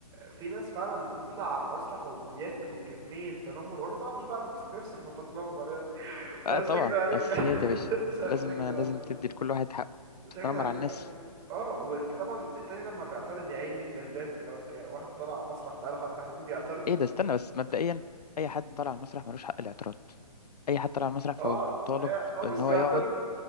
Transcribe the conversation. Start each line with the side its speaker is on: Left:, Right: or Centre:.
Right: في ناس فعلا بتطلع على المسرح وبياكلوا كميه تنمر وانا طبعا مش بعرف امسك نفسي فبتنمر يعني <laughs> فمش
Left: اه طبعا
Right: هكدب عليك
Left: اساسيات
Right: يعني
Left: يا باشا
Right: <laughs> مش مش
Left: لازم
Right: هكدب
Left: لازم
Right: عليك
Left: تدي لكل واحد حقه
Right: مش
Left: تتنمر
Right: هكدب عليك
Left: على الناس
Right: اه آه، وطبعا التاني لما بيعترض يا عيني غلبان لو ك- واحد طلع مسرح بقاله حبة حلوين بيعترض
Left: ايه ده استنى بس مبدئيا اي
Right: مم.
Left: حد طالع على المسرح ملوش حق الاعتراض اي حد طالع على المسرح فهو
Right: اه
Left: مطالب
Right: يا- اه مش
Left: ان هو
Right: بيعترض
Left: يقعد